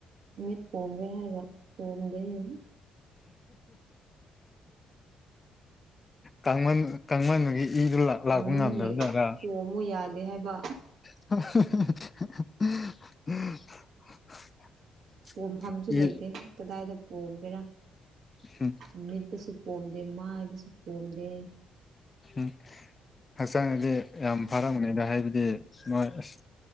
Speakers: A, on the right; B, on the left.
A: ꯃꯤꯠ ꯄꯣꯝꯒꯦ ꯍꯥꯏꯔꯒ ꯄꯣꯝꯗꯦꯅꯦ
B: ꯀꯥꯡꯃꯟ ꯀꯥꯡꯃꯟꯗꯨꯒꯤ ꯏꯗꯨ ꯂꯥꯛꯄ
A: ꯀꯥꯡꯃꯟꯕꯒꯤ
B: ꯉꯝꯗꯕꯖꯔꯥ
A: ꯄꯣꯝꯃꯨ ꯌꯥꯗꯦ ꯍꯥꯏꯕ
B: <unintelligible>
A: ꯄꯣꯝꯐꯝꯁꯨ
B: ꯏ
A: ꯂꯩꯇꯦ ꯀꯗꯥꯏꯗ ꯄꯣꯝꯒꯦꯔ
B: ꯎꯝ
A: ꯅꯨꯃꯤꯠꯇꯁꯨ ꯄꯣꯝꯦ ꯃꯥ ꯏꯗꯤꯁꯨꯄꯣꯝꯗꯦ
B: ꯎꯝ ꯍꯛꯆꯥꯡꯗꯗꯤ ꯌꯥꯝ ꯐꯥꯔꯝꯅꯦꯅ ꯍꯥꯏꯕꯗꯤ ꯗꯤ ꯅꯣꯏ ꯑꯁ